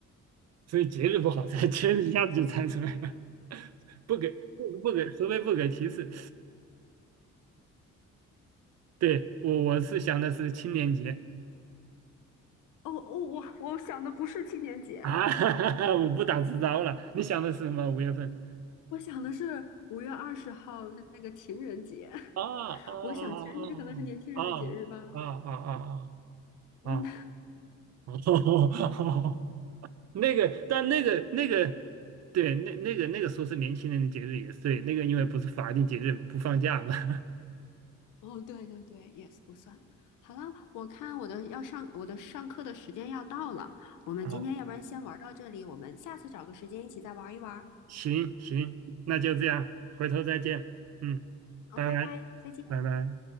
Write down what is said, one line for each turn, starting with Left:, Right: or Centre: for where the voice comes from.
Right: 所以节日不好猜，节日一下子就猜出来了，不给不不给，除非不给提示。对，我我是想的是青年节
Left: 哦哦，我我想的不是青年节，
Right: 啊，<laughs> 我不打自招了。你想的是什么？五月份？
Left: 我想的是五月二十号那那个情人节。<laughs>
Right: 啊啊
Left: 我想情人节可能是年轻人的节日吧。
Right: 啊啊啊啊啊啊啊啊！
Left: 嗯，
Right: 啊！<laughs> 哦，那个，但那个那个，对，那那个那个说是年轻人的节日也是对，那个因为不是法定节日不放假嘛。<laughs>
Left: 哦，对对对，yes 不算。好了，我看我的要上我的上课的时间要到了，我们今天要不然先玩到这里，
Right: 啊，
Left: 我们下次找个时间一起再玩一玩。
Right: 行行，那就这样，回头再见，嗯，
Left: 好，
Right: 拜拜，
Left: 拜拜，再见。
Right: 拜拜。